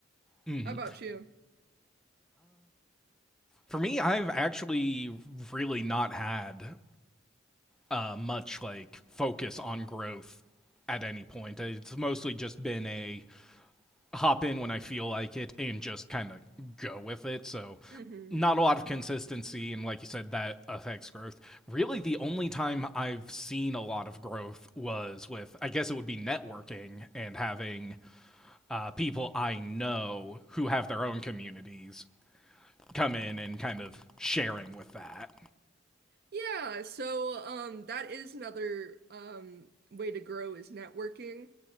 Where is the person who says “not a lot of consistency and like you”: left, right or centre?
Centre